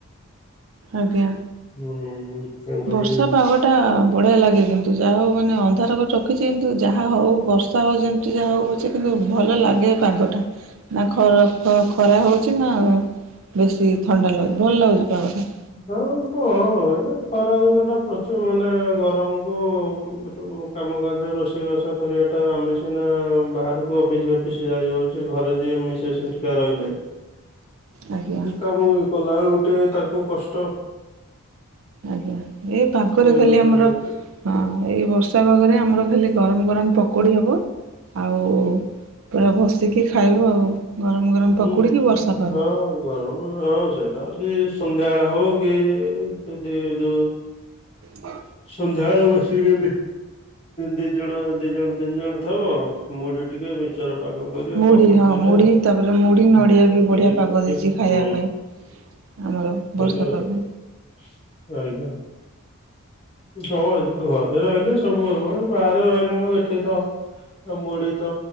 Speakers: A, on the right; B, on the left.
A: ଆଜ୍ଞା
B: ହୁଁ ତେଣୁକରି
A: ବର୍ଷା
B: ହୁଁ।
A: ପାଗରେ ଟା ବଢିଆ ଲାଗେ କିନ୍ତୁ ଯାହା ହଉ ମାନେ ଅନ୍ଧାର କରି ରଖିଚି କିନ୍ତୁ ଯାହା ହଉ ବର୍ଷ ବର୍ଷା ହଉ ଯେମିତି ଯାହାହଉ ପଛେ କିନ୍ତୁ ଭଲ ଲାଗେ ଏ ପାଗଟା। ନା ଖରା ଖରା ହଉଚି ନା ବେଶି ଥଣ୍ଡା ଲାଗୁଚି ଭଲ ଲାଗୁଚି ପାଗଟା।
B: ହଁ ତ ହଁ ଏ ଖରାଦିନ ଟା ପ୍ରଚୁର ମାନେ ଗରମକୁ ଏଠୁ କାମ କାର୍ଯ୍ୟ ରୋଷେଇ ବାସ କରିବାଟା ଆମେ ସିନା ବାହାରକୁ ଅଫିସ ଅଫିସ୍ ଯାଇ ଯାଉଚୁ ଘରେ ଯିଏ ମିଶ ସେସ୍ ହେରିକା ରହିଲେ।
A: ଆଜ୍ଞା।
B: ସବୁ କଲାବେଳୁକୁ ଟିକେ ତାଙ୍କୁ କଷ୍ଟ।
A: ଆଜ୍ଞା, ଏ ପାଗରେ
B: ସେ
A: ଖାଲି ଆମର
B: ଗୋଟେ ସେ
A: ହଁ ଏଇ ବର୍ଷା ପାଗରେ ଆମର ଖାଲି ଗରମ ଗରମ ପକୋଡି ହବ ଆଉ ପୁରା ବସିକି ଖାଇବୁ ଆଉ। ଗରମ ଗରମ
B: ହୁଁ
A: ପକୁଡିକି ବର୍ଷା ପାଗ।
B: ହଁ ଗରମ ହଁ ସେଇଟା ହଉଚି ସନ୍ଧ୍ୟାବେଳେ ହଉ କି ସେଦି ଯୋଉ
A: ହ।
B: ସନ୍ଧ୍ୟାବେଳେ ବସିକି ଯଦି ଦି ଜଣ, ଦି ଜଣ ତିନି ଜଣ ଥବ ମୁଢି ଟିକେ ମିକ୍ସଚର ପାଗ କରିଆ
A: ମୁଢ଼ି
B: ପକୁଡି
A: ହଁ
B: ଦିଟା
A: ମୁଢ଼ି ତାପରେ ମୁଢ଼ି
B: <unintelligible>
A: ନଡ଼ିଆ ବି ବଢ଼ିଆ ପାଗ ଦେଇଛି ଖାଇବା
B: ହୁଁ
A: ପାଇଁ ଆମର ବର୍ଷା
B: <unintelligible>
A: ପାଗ
B: ଆଜ୍ଞା। ଉଁ ଘରେ ରହିଲେ ସବୁ ହବ ବାହାରେ ରହିଲା ଆଉ ଏଠି ତ ମୁଢି ତ